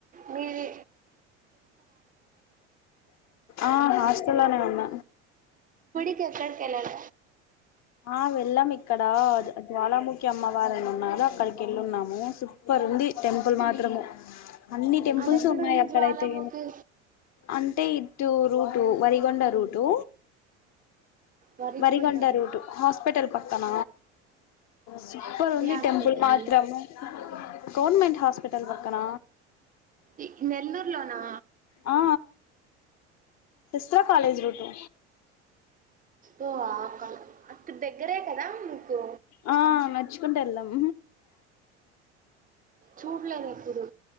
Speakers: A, on the right; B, on the left.
A: మీరి
B: ఆ హాస్టల్నేే ఉన్న
A: కెల్లాల
B: ఆ వెళ్ళాము ఇక్కడ జ్వాలాముఖి అమ్మవారని ఉన్నారు అక్కడికి వెళ్ళున్నాము సూపర్ ఉంది టెంపుల్ మాత్రము అన్ని టెంపుల్స్
A: అదెక్కడుంది
B: ఉన్నాయి అప్పుడైతే
A: జ్వాలాముఖి
B: అంటే to route Valigonda route
A: Varikonda
B: వరిగండ
A: అనుకుంటా
B: రూటు హాస్పిటల్ పక్కన సూపర్ ఉంది
A: ఏ హాస్పిటల్
B: టెంపుల్ మాత్రము గవర్నమెంట్ హాస్పిటల్ పక్కన
A: ఈ నెల్లూర్ లోనా
B: ఆ విస్తరా కాలేజ్ రూటు
A: ఓ ఆ అక్కడ దగ్గరే కదా మీకు
B: ఆ నడుచుకుంటూ వెళ్ళాం
A: చూడలేదు ఎప్పుడు